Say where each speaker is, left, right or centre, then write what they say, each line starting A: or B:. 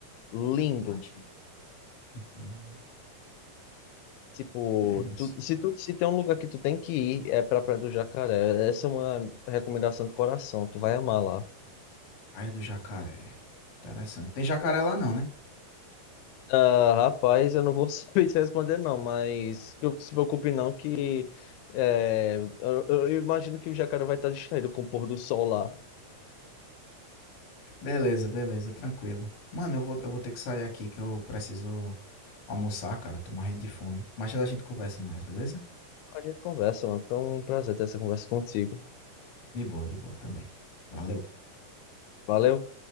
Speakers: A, on the left; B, on the left.
A: Lindo.
B: imagina. Uhum.
A: Tipo,
B: É isso.
A: tu- se, tu, se tem um lugar que tu tem que ir, é pra Praia do Jacaré. Essa é uma recomendação do coração, tu vai amar lá.
B: Praia do Jacaré. Interessante. Tem jacaré lá não, né?
A: Ah, rapaz, eu não vou <laughs> saber te responder não, mas não se preocupe não que é, eu, eu imagino que o Jacaré vai estar distraído com o pôr do sol lá.
B: Beleza, beleza, tranquilo. Mano, eu vou, eu vou ter que sair aqui que eu preciso almoçar, cara. Tô morrendo de fome. Mas já a gente conversa mais, beleza?
A: A gente conversa, mano. Foi um prazer ter essa conversa contigo.
B: De boa, de boa também. Valeu.
A: Valeu.